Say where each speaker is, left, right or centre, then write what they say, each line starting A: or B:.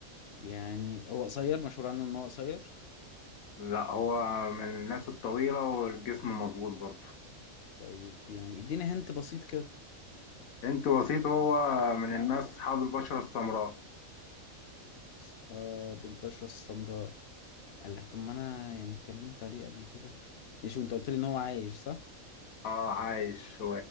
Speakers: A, on the left; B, on the left.
A: يعني هو قصير مشهور عنه ان هو قصير
B: لا هو من الناس الطويله والجسم مظبوط برضه
A: طيب يعني اديني هنت بسيط كده
B: انت بسيط هو من الناس اصحاب البشرة السمراء
A: اصحاب البشرة السمراء قال لك طب ما انا يعني اتكلمت عليه قبل كده ماشي وانت قلت لي ان هو عايش صح
B: اه عايش و...